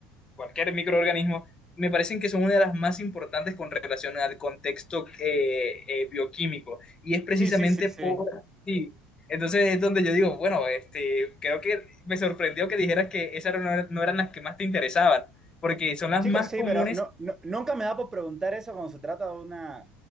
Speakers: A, on the left; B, on the right.
A: cualquier microorganismo, me parecen que son una de las más importantes con relación al contexto eh, eh, bioquímico. Y es precisamente
B: Sí, sí, sí, sí.
A: por sí. Entonces es donde yo digo, bueno, este, creo que me sorprendió que dijeras que esas no, no eran las que más te interesaban, porque son las
B: Chicos,
A: más
B: sí,
A: comunes.
B: pero no, no- nunca me da por preguntar eso cuando se trata de una,